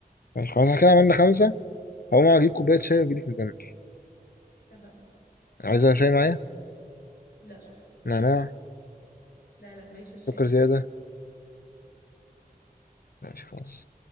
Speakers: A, on the left; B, on the left.
A: ماشي خلاص احنا كده عملنا خمسة هقوم أجيب كوباية شاي وأجيلك نكمل
B: اتفقنا
A: عايزة شاي معايا؟
B: لا شكرا
A: نعناع
B: لا لا ماليش في الشاي
A: سكر زيادة ماشي خلاص